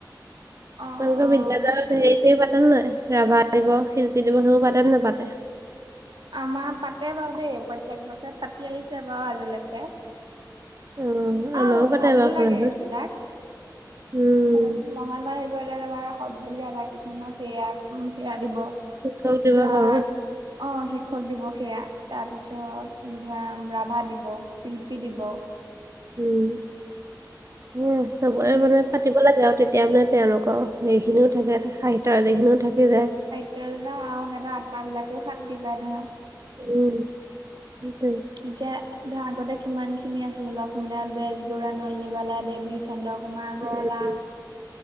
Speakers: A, on the right; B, on the right.
A: অঁ
B: তোমালোকৰ
A: অঁ
B: বিদ্্যালয়তেই গো পাতত নহাই ৰাভা দিব শিল্পী দিব সেইও পাতত নাপাতে <inaudible>
A: আমাৰ পাতে বাৰু দেই প্ৰত্যেক বছৰত পাতি আহিছে বাৰু আজিলৈকে।
B: অ',
A: আৰু
B: আমাৰো পতে
A: ভালো
B: বাৰু
A: লাগে
B: কলেজত।
A: সেইবিলাক।
B: উম।
A: চাবাচোন মহান মাহুহটো এতিয়া তমাৰ সৰ্বপল্লী ৰাধাকৃষ্ণক সেয়া সেয়া দিব <unintelligible>
B: শিক্ষক দিৱস
A: <inaudible> ধৰা,
B: অ
A: অ, শিক্ষক দিৱস সেয়া, তাৰপিছত ধৰা ৰাভা দিব, শিল্পী দিব
B: উম চবৰে
A: যেনে
B: মানে পাতিব লগে আওঁ তেতিয়া মানে তেওঁলোকৰ সেইখিনিও থাকে সাহিত্যৰাজিখিনিও থাকি যায়।
A: তে যওঁ আৰু সিহঁতৰত্মাবিলাকেও শান্তি পায় ধৰা। <inaudible>
B: উম স <inaudible>
A: এতিয়া ধৰা, আগতে কিমানখিনি আছিলে লক্ষ্মীনাথ বেজবৰুৱা নলনীৱালা দেৱী চন্দ্ৰকুমাৰ আগৰৱালা,
B: উম,